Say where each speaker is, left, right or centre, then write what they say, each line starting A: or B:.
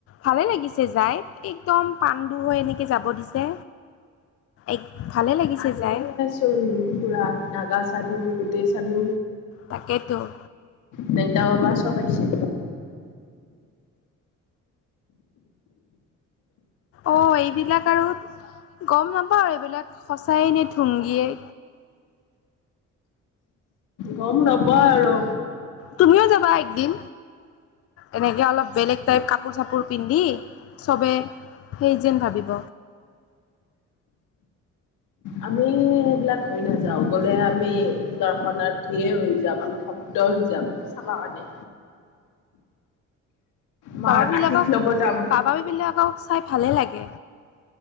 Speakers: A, on the left (about 50°); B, on the left (about 85°).
A: ভালে লাগিছে যায় এই একদম পাণ্ডু হৈ এনেকে যাব দিছে, এক ভালে লাগিছে যায়।
B: চূণপোৰা নাগা চাধু গোটেই চাধু
A: তাকেতো <inaudible>
B: দেউতা বাবা চব আহিছে।
A: অ এইবিলাক আৰু গম নাপাওঁ এইবিলাক সঁচাই নে থুংগিয়েই।
B: গম নাপায় আৰু।
A: তুমিও যাবা একদিন। এনেকে অলপ বেলেগ টাইপ কাপোৰ চাপোৰ পিন্ধি চবে সেই যেন ভাবিব
B: আমি সেইবিলাক হৈ নাযাওঁ, গ'লে আমি দৰ্শনাৰ্থীয়ে হৈ যাম আমি স দল হৈ যাম চাবা কাৰণে। মাৰ
A: বাবা বিলাকক
B: আশীষ ল'ব যাম।
A: বাবা বিলাকক চাই ভালে লাগে।